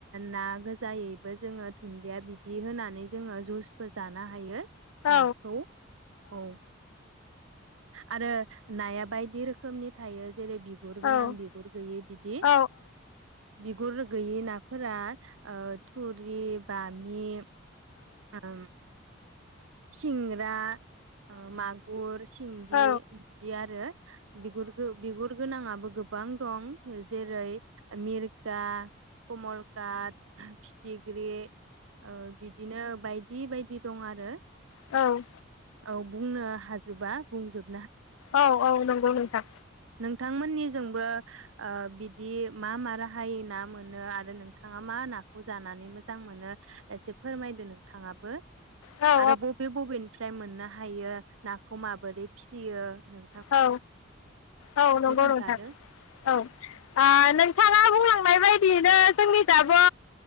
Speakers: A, on the right (about 80°); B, on the left (about 85°).
A: ना गोजायैबो जोङो दुन्दिया बिदि होनानै जोङो जुसबो जान नो हायो।
B: औ
A: नाखौ औ आरो नाया बायदि रोखोमनि थायो। जेरै बिगुर
B: औ
A: गोनां बिगुर गैयै बिदि
B: औ
A: बिगुर गैयि नाफोरा ओ थुरि बामि आम सिंग्रा ओ मागुर सिंगि
B: औ
A: बिदि आरो बिगुर गो बिगुर गोनाङाब बो गोबां दं। जेरै मिर दा कमल काट फिथिग्रि ओ नो बायदि बायदि दं आरो।
B: औ
A: औ बुंनो हाजोबा बुंजोब
B: औ औ नंगौ नोंथां।
A: नोंथांमोननि जोंबो ओ बिदि मा मा राहायै ना मोनो आरो नोंथाङा मा नाखौ जानानै मोजां मोनो एसे फोरमायदो नोंथाङाबो।
B: औ औ
A: आरो बबे बबेनिफ्राय मोनना हायो नाखौ माबोरै फिसियो नों
B: औ औ नंगौ
A: खोन्थादो
B: नोंथां औ आ नोंथाङा बुंलांनाय बायदियैनो जो जोंनि दाबो